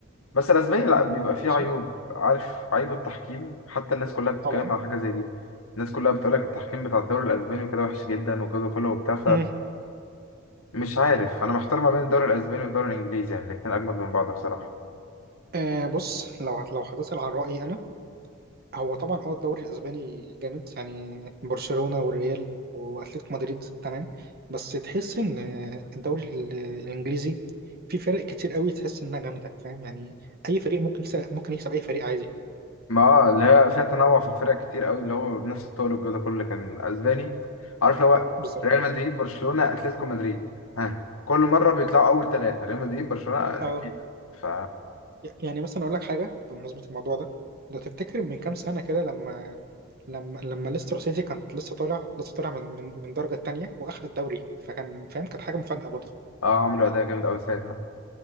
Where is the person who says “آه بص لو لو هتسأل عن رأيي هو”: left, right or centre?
Right